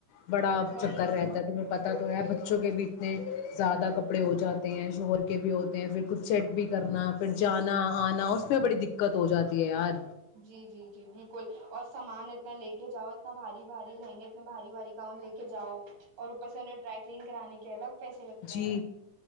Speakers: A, on the left; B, on the right.
A: بڑا
B: وہی
A: چکر رہتا تو پتا تو ہے بچوں کے بھی اتنے زیادہ کپڑے ہو جاتے ہیں شوہر کے بھی ہوتے ہیں پھر کچھ سیٹ بھی کرنا پھر جانا آنا اس میں بڑی دقت ہو جاتی ہے یار
B: جی جی جی بالکل اور سامان اتنا لے کے جاؤ اتنا بھاری بھاری لہنگے اتنے بھاری بھاری گؤن لے کے کے جاؤ اور اوپر سے انہیں ڈرائی کلین کرانے کے الگ پیسے لگتے
A: جی
B: ہیں